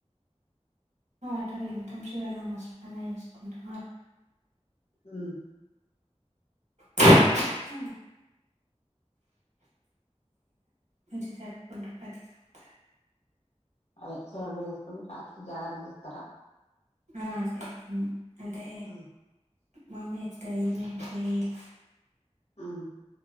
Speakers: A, on the right (about 90°); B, on the left (about 65°).
A: ఆట వింటం శివనామస్మరణ చేసుకుంటాం
B: ఉమ్
A: హ <inaudible> మంచిగా జరుపుకున్న ప్రతి సంవత్సరం
B: అదే సెలబ్రేట్ చేసుకుని రాత్రి జాగరణ చేస్తారా
A: ఆ చెత్తం అంటే
B: ఉమ్,
A: మా అమ్మ చెత్తది మేం ఎక్కువ చెయ్యం
B: మ్